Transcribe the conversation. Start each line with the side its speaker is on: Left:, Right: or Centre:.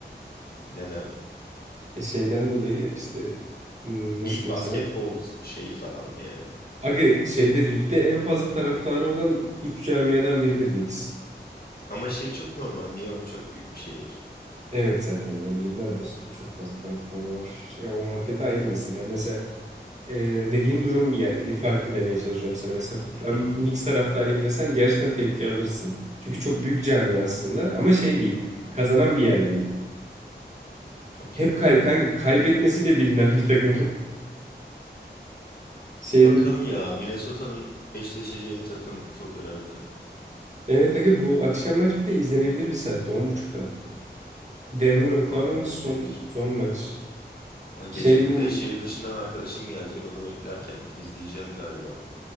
Left: Neden?
Right: e, şeyden dolayı işte hmm, nasıl
Left: İlk
Right: diyeyim
Left: basketbol
Right: sana?
Left: şeyi falan yani.
Right: Aga şeyde ligde en fazla taraftarı olan 3 camiadan biridir Knicks.
Left: Ama şey çok normal. New York çok büyük bir şehir.
Right: Evet zaten yani yıllardır çok fazla taraftarı var. Ya o muhabbet ayrı mesele. Mesela e, dediğin durum ya, farklı demeye çalışıyorum sana. Mesela
Left: Hı hı,
Right: ben Knicks taraftarıyım desen gerçekten tepki alırsın. Çünkü çok büyük cami aslında ama şey değil. Kazanan bir yer değil.
Left: Okey.
Right: Hep kay kanka kaybetmesiyle bilinen bir takım. <laughs> Şeyde
Left: Bakalım ya
Right: e,
Left: Minnesota'nın eşleşeceği takım çok önemli.
Right: evet aga bu akşam maç bir de izlenebilir bir saatte 10.30'da. Denver Oklahoma
Left: Abi
Right: maçı
Left: izlenir.
Right: son son maç.
Left: Aa, Gece
Right: Şey
Left: birde
Right: mi-
Left: şehir dışından arkadaşım gelecek. Onu beklerken izleyeceğim galiba.